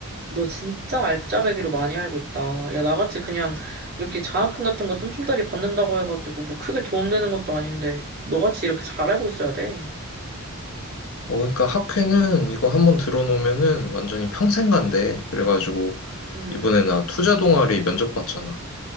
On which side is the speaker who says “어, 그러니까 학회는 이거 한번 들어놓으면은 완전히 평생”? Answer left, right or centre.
Left